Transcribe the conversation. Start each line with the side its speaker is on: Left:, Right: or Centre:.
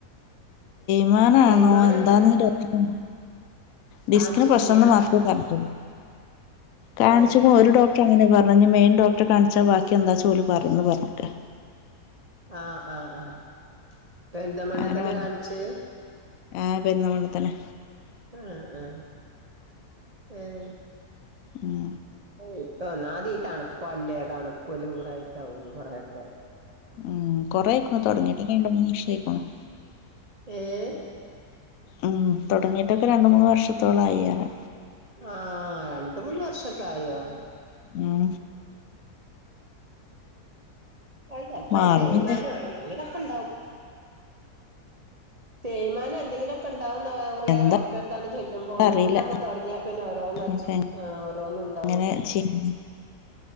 Left: തേമാനാണോ
Right: തേയ്മാനണ്ടാ
Left: എന്താന്ന് ഡോക്ടറെ ക ഡിസ്കിന്
Right: കാണിച്ചിട്ടില്ല്യ
Left: പ്രശ്നംന്ന് മാത്രമേ പറഞ്ഞ്ട്ടുള്ളു കാണിച്ചുകുണു
Right: ഏഹ്
Left: ഒരു ഡോക് അങ്ങനെ പറഞ് മെയിൻ ഡോക്ടറെ കാണിച്ചാ ബാക്കി എന്താ ചോലി പറന്ന് പറഞ്ഞട്ടെ
Right: ആഹ് ആഹ് ആഹ് ഇപ്പൊ പെരുന്ത മണ്ണേ
Left: അങ്ങനെ
Right: തന്നെ
Left: പറഞ്ഞു
Right: കാണിച്ചേ
Left: ആഹ് പെരുന്ന മണ്ണത്തനെ
Right: ആഹ് ആഹ് ഏഹ്
Left: ഉം
Right: ഇപ്പൊന്നാതീ തണുപ്പല്ലേ തണുപ്പല്ലും കൂടെട്ടാവും കൊറെക്കെ
Left: ഉം കൊറെ ആയേക്കണ് തുടങ്ങിട്ട് രണ്ട് മൂന്ന് വർഷ ആയിക്കാണും
Right: ഏഹ്
Left: ഉം തുടങ്ങിട്ടൊക്കെ രണ്ട് മൂന്ന് വർഷത്തോളം ആയിറിയ
Right: ആഹ് രണ്ട് മൂന്ന് വർഷക്കായോ
Left: ഉം
Right: ഉം ചിലപ്പോ
Left: മാറും
Right: തെയ്മാനം
Left: പിന്നെ
Right: എന്തെങ്കിലൊക്കെണ്ടാവും തെയുമാനം എന്തെങ്കിലൊക്കെണ്ടാവുന്ന
Left: എന്താ
Right: ഡോക്ടറെ എടുത്താണ് ചെല്ലുമ്പോ ഒന്നുംന്ത
Left: അറീല്ല
Right: തുടങ്ങിയാ പിന്ന ഓരോന്ന് വച്ച്‌
Left: ഇപ്പ
Right: ആഹ് ഓരോന്നു ഉണ്ടാവും
Left: എങ്ങനെ ചെയ്യ്ന്ന്